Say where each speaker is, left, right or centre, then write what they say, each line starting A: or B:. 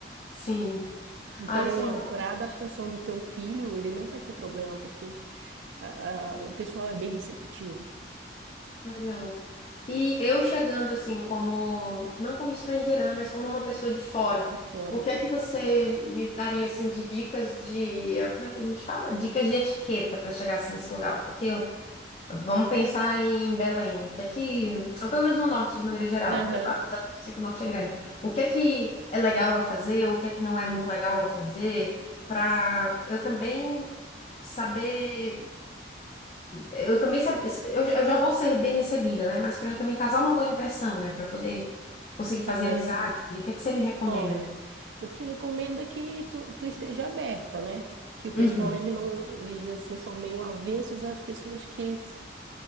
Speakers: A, on the left (about 35°); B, on the right (about 75°).
A: sim.
B: Então,
A: Ah, isso é importante.
B: para a adaptação do teu filho, ele não vai ter problema, porque a- a- o pessoal é bem receptivo
A: Que legal. E eu chegando assim, como, não como estrangeira, né, mas como uma pessoa de fora,
B: de fora.
A: o que é que você me daria assim de dicas de, como é que a gente fala? Dicas de etiqueta para chegar assim, nesse lugar? O que é que eu Vamos pensar aí em Belém. O que é que, ou pelo menos no norte de maneira geral,
B: Aham,
A: apesar de eu sei que o norte é grande. O que é que é legal eu fazer? O que é que não é muito legal eu fazer? Para eu também saber, eu também sab- eu, já eu já vou ser bem recebida, né? Mas para eu também causar uma boa impressão, né? Para eu poder conseguir fazer
B: aham.
A: amizades. O que é que você me recomenda?
B: Olha, eu te recomendo é que tu, tu esteja aberta, né? Que o pessoal,
A: Uhum.
B: eles não, eles assim, são meio avessos às pessoas que s-